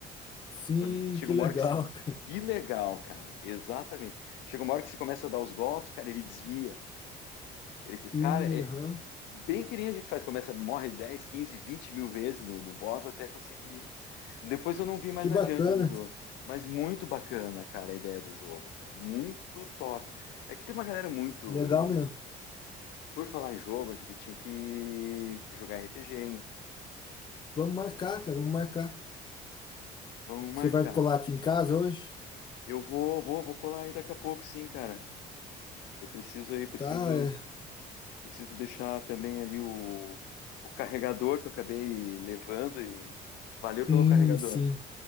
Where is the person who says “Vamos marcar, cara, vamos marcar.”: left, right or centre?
Left